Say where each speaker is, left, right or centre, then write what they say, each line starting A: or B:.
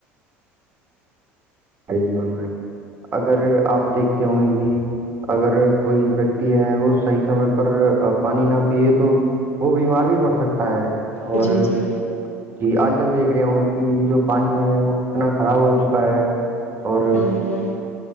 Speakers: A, on the right; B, on the left.
A: جیون میں اگر آپ دیکھتے ہوں گے کہ- اگر کوئی ویکتی ہے وہ صحیح سمے پر پانی نہ پیے تو- وہ بیمار بھی پڑ سکتا ہے
B: جی
A: اور-
B: جی
A: جی آج کل دیکھ رہے ہوں گے کہ جو پانی ہے وہ کتنا خراب ہو چکا ہے- اور
B: ہوں ہوں